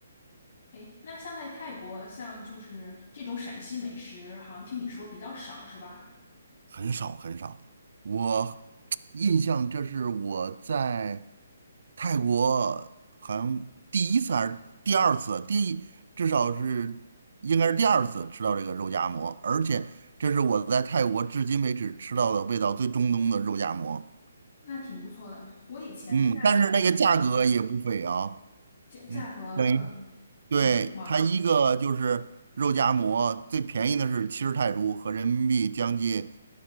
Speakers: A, on the left; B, on the right.
A: <laughs> 哎，那像在泰国，像就是这种陕西美食，好像听你说比较少是吧？
B: 很少很少。我印象这是我在泰国好像第一次还是第二次，第一至少是应该是第二次吃到这个肉夹馍，而且这是我在泰国至今为止吃到的味道最正宗的肉夹馍。
A: 那挺不错的。我以前在国，
B: 嗯，但是那个价格也不菲啊，
A: 嗯，价价格，
B: 嗯，等于。
A: 嗯，
B: 对，
A: 很贵吗？
B: 它一个就是肉夹馍，最便宜的是七十泰铢，合人民币将近